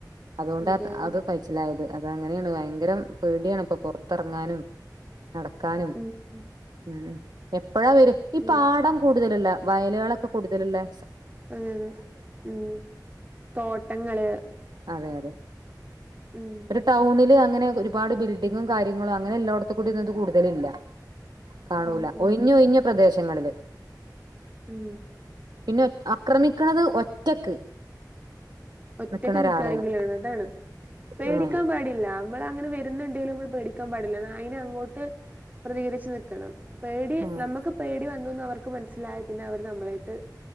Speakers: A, on the right (about 80°); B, on the right (about 20°).
A: അതുകൊണ്ട്
B: അതെ
A: അത്
B: അതെ
A: അത് കയിച്ചിലായത് അത് അങ്ങനെണ് ഭയങ്കരം പേടിയാണ് ഇപ്പം പൊർത്തെർങ്ങാനും, നടക്കാനും
B: ഉം ഉം
A: ഉം എപ് പ്പഴാ വെരാ ഈ
B: ഉം
A: പാടം കൂടുതല്ള്ള വയലുകളൊക്കെ കൂടുതല്ള്ളേ
B: അതെ അതെ ഉം തോട്ടങ്ങള്
A: അതെ അതെ
B: ഉം
A: ഒരു ടൗണില് അങ്ങ് അങ്ങനെ ഒരുപാട് ബിൽഡിങ്ങും കാര്യങ്ങളും അങ്ങനെ എല്ലോടത്ത് കൂടി ഒന്നും ഇത് കൂടുതലില്ല കാണൂല
B: ഉം ഉം
A: ഒഴിഞ്ഞ് ഒഴിഞ്ഞ പ്രദേശം ങ്ങളില്
B: ഉം
A: പിന്നെ ഒറ്റ് ആക്രമിക്കണത് ഒറ്റക്ക്
B: ഒറ്റക്ക്
A: നിക്കണ ഒരാളെയാണ്
B: നിക്കാണെങ്കിലാണ് അതാണ് പേടിക്കാൻ
A: ആഹ്
B: പാടില്ല നമ്മള് അങ്ങനെ വരുന്നുണ്ടേലും നമ്മള് പേടിക്കാൻ പാടില്ല അതിനെ അങ്ങോട്ട് പ്രതികരിച്ച് നിക്കണം പേടി
A: ആഹ്
B: നമുക്ക് പേടി വന്നൂന്ന് <unintelligible> <unintelligible> മനസ്സിലായ പിന്നെ അവര് നമ്മളെയിട്ട്